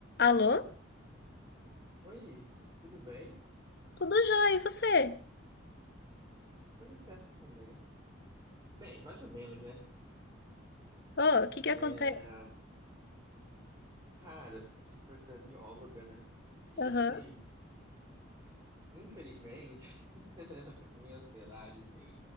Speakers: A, on the left (about 50°); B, on the right (about 20°).
A: Alô?
B: Oi, tudo bem?
A: Tudo jóia, e você?
B: Tudo certo também. Bem, mais ou menos, né?
A: Ô, o que que acontece?
B: É, Cara, eu sei que você é bióloga, né? E
A: Aham.
B: assim, infelizmente, <laughs> pra minha ansiedade, assim,